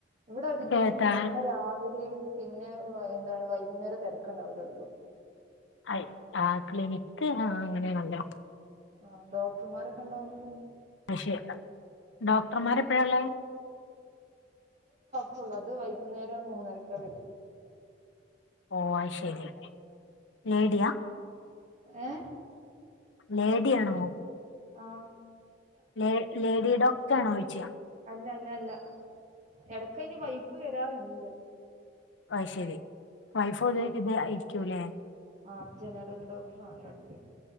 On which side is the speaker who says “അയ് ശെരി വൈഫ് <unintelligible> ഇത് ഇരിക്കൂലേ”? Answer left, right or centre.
Left